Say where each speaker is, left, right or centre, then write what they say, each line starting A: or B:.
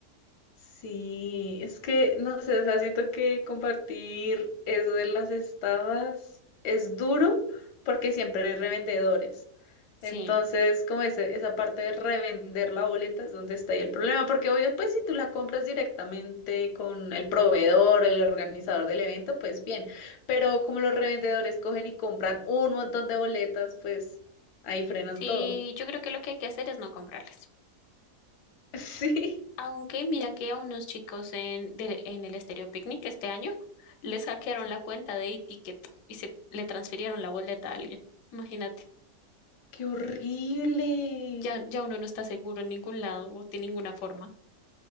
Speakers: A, on the left; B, on the left.
A: Sí, es que, no sé, o sea, siento que compartir eso de las estafas es duro porque siempre hay revendedores.
B: Sí,
A: Entonces, como ese, esa parte de revender la boleta es donde está ahí el problema, porque obvio, pues si tú la compras directamente con el proveedor, el organizador del evento, pues bien, pero como los revendedores cogen y compran un montón de boletas, pues ahí frenan
B: sí,
A: todo.
B: yo creo que lo que hay que hacer es no comprarlas.
A: <laughs> Sí,
B: Aunque mira que a unos chicos en, del- en el Estéreo Picnic este año les hackearon
A: sí.
B: la cuenta de e-ticket y se le transfirieron la boleta a alguien. Imagínate,
A: ¡Qué horrible!
B: ya, ya uno no está seguro en ningún lado o de ninguna forma.